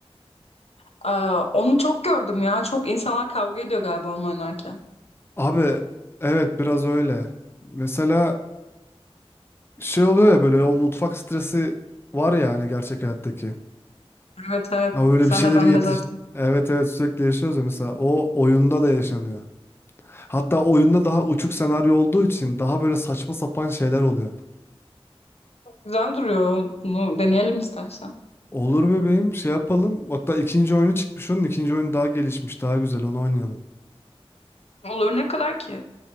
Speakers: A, on the left; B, on the left.
A: Aa, onu çok gördüm ya. Çok insanlar kavga ediyor galiba onu oynarken.
B: Abi evet biraz öyle. Mesela şey oluyor ya böyle o mutfak stresi var ya hani gerçek hayattaki.
A: Evet evet.
B: Ama böyle
A: Sen
B: bir şeyleri
A: de ben
B: yetiş...
A: de zaten.
B: Evet evet sürekli yaşıyoruz ya mesela o oyunda da yaşanıyor. Hatta oyunda daha uçuk senaryo olduğu için daha böyle saçma sapan şeyler oluyor.
A: Güzel duruyor. Bunu deneyelim istersen.
B: Olur bebeğim şey yapalım. Hatta ikinci oyunu çıkmış onun ikinci oyun daha gelişmiş daha güzel onu oynayalım.
A: Olur ne kadar ki?